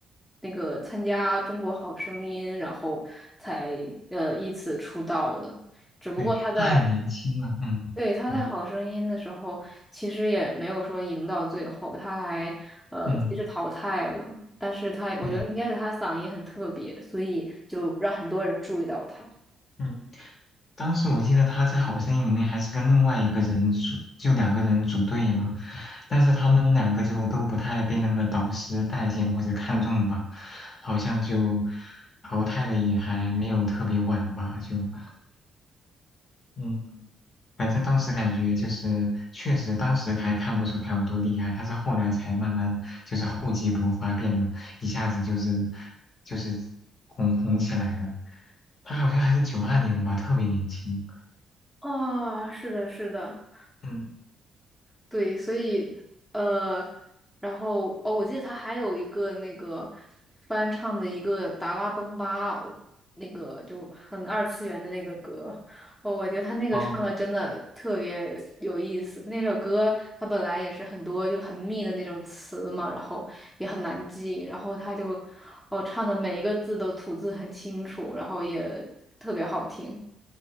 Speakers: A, in the centre; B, on the left.
A: 那个参加《中国好声音》，然后才呃依次出道的。只不过他在
B: 对，他很年轻了，嗯嗯
A: 对，他在《好声音》的时候，其实也没有说赢到最后，他还呃，
B: 嗯，
A: 其实淘汰了，但是他我觉得应该是他嗓音很特别，
B: 对啊。
A: 所以就让很多人注意到他。
B: 嗯。当时我记得他在《好声音》里面还是跟另外一个人组，就两个人组队嘛，但是他们两个就都不太被那个导师待见或者看中吧，好像就淘汰的也还没有特别晚吧，就嗯，反正当时感觉就是确实当时还看不出他有多厉害，他是后来才慢慢就是厚积薄发，变得一下子就是就是红红起来的，他好像还是九二年的吧，特别年轻，
A: 啊，是的，是的，
B: 嗯。
A: 对，所以呃，然后哦，我记得他还有一个那个翻唱的一个《达拉崩吧》，那个就很二次元的那个歌，哦，我觉得他那个唱的真的特别有意思。
B: 嗯
A: 那首歌他本来也是很多就很密的那种词嘛，然后也很难记，然后他就哦唱的每一个字都吐字很清楚，然后也特别好听